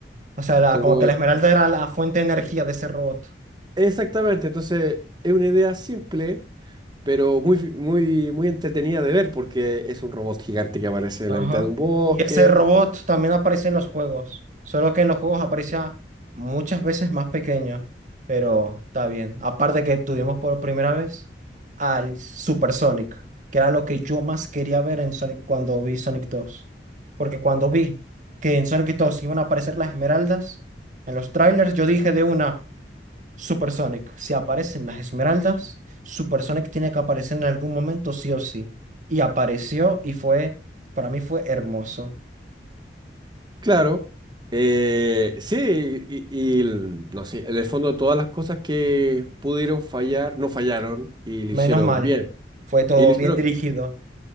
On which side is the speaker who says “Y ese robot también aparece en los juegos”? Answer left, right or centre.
Right